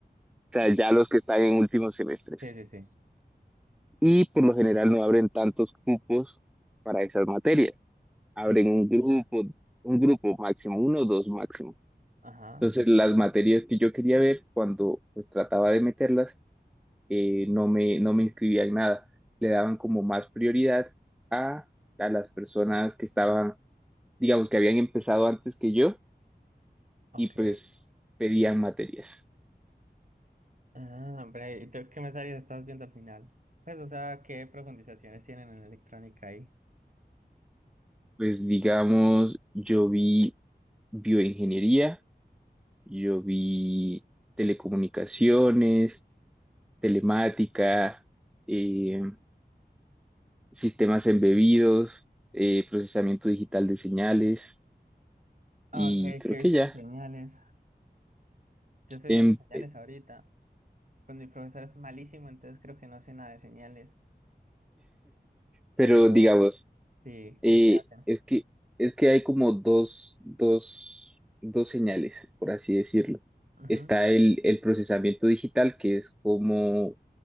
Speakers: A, in the centre; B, on the right (about 50°).
A: sea,
B: Oh,
A: ya los que están en últimos semestres.
B: sí, sí, sí.
A: Y por lo general no abren tantos grupos para esas materias, abren
B: Sí.
A: un grupo, un grupo máximo, uno o dos máximo.
B: Ajá.
A: Entonces, las materias que yo quería ver, cuando pues trataba de meterlas, eh, no me, no me inscribía en nada. Le daban como más prioridad a, a las personas que estaban, digamos, que habían empezado antes que yo
B: Ok.
A: y pues pedían materias.
B: Ah, hombre, ¿y tú qué materias estás viendo al final? Pues, o sea, ¿qué profundizaciones tienen en electrónica ahí?
A: Pues digamos, yo vi bioingeniería, yo vi telecomunicaciones, telemática, eh, sistemas embebidos, eh, procesamiento digital de señales
B: Ah,
A: y
B: Ok,
A: creo
B: ¿qué viste
A: que ya.
B: en señales? Yo estoy
A: Em,
B: viendo señales
A: <laughs>
B: ahorita. Pues mi profesor es malísimo, entonces creo que no sé nada de señales.
A: pero
B: Pero
A: digamos,
B: sí,
A: eh,
B: ¿qué hacen?
A: es que, es que hay como dos, dos, dos señales, por así decirlo.
B: Ujú,
A: Está el, el procesamiento digital, que es como,